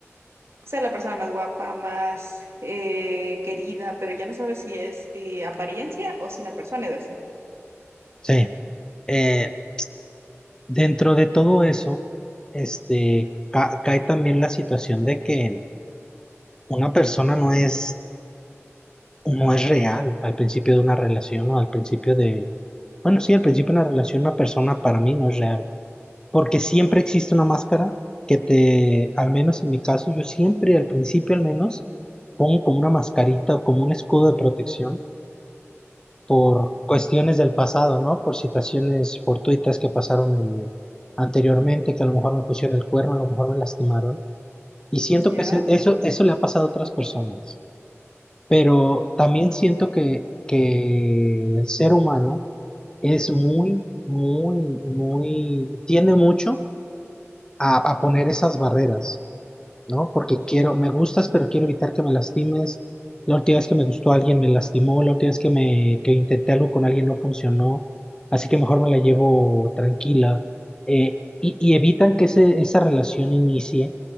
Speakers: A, on the right; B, on the left.
A: ser la persona más guapa, más eh, querida, pero ya no sabes si es eh, apariencia o si la persona es así.
B: Sí. Eh, dentro de todo eso, este, ca- cae también la situación de que una persona no es, no es real al principio de una relación o al principio de, bueno, sí, al principio de una relación una persona para mí no es real. porque siempre existe una máscara que te, al menos en mi caso, yo siempre, al principio al menos, pongo como una mascarita o como un escudo de protección por cuestiones del pasado, ¿no? Por situaciones fortuitas que pasaron en- anteriormente, que a lo mejor me pusieron el cuerno, a lo mejor me lastimaron. Y siento
A: ¿Ya?
B: que ese- eso, eso le ha pasado a otras personas, pero también siento que, que el ser humano es muy, muy, muy, tiende mucho a, a poner esas barreras, ¿no? Porque quiero, me gustas, pero quiero evitar que me lastimes. La última vez que me gustó alguien me lastimó, la última vez que me que intenté algo con alguien no funcionó, así que mejor me la llevo tranquila. Eh, y, y evitan que ese, esa relación inicie